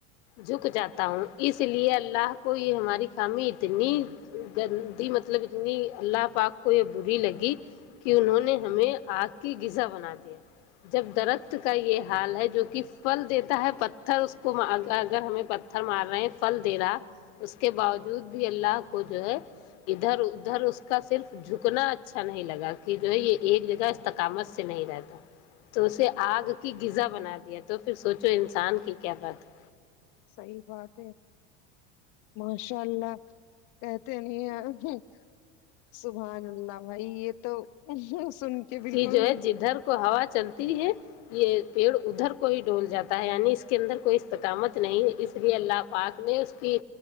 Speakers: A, on the left; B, on the left.
A: جھک جاتا ہوں اس لیے اللہ کو یہ ہماری خامی اتنی گندی مطلب اتنی اللہ پاک کوئی بری لگی کہ انہوں نے ہمیں آگ کی غذا بنا دیا جب درخت کا یہ حال ہے جو کہ فھل دیتا ہے پتھر اس کو اگر ہمیں پتھر مار رہے ہیں پھل دے رہا اس کے باوجود بھی اللہ کو جو ہے ادھر ادھر اس کا صرف جک اتنا اچھا نہیں لگا کہ جو ہے یہ ایک جگہ استقامت سے نہیں رہتا تو اسے آگ کی غذا بنا دیا تو پھر سوچو انسان کی کیا بات ہے
B: صحیح بات ہے ماشاء اللہ کہتے نہیں سبحان اللہ بھائی یہ تو سن کے بالکل
A: کہ جو ہے جدھر کو ہوا چلتی ہے یہ پیڑ ادھر کو ہی ڈول جاتا ہے یعنی اس کے اندر کوئی استقامت نہیں ہے اس لیے اللہ پاک نے اس کی